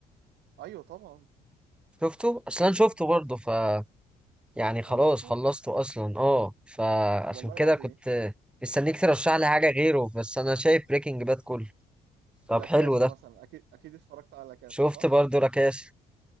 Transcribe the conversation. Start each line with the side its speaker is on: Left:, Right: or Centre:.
Right: ايوه طبعا
Centre: شفته اصلا شفته برضه ف يعني
Right: خلصته
Centre: خلاص خلصته اصلا اه فعشان
Right: والله
Centre: كده
Right: العظيم
Centre: كنت مستنيك ترشح
Right: مم.
Centre: لي حاجه غيره بس انا شايف بريكنج باد كله طب
Right: لا
Centre: حلو
Right: كاسا
Centre: ده
Right: مثلا اكيد اكيد اتفرجت على لا كاسا
Centre: شفت
Right: صح
Centre: برضه راكاش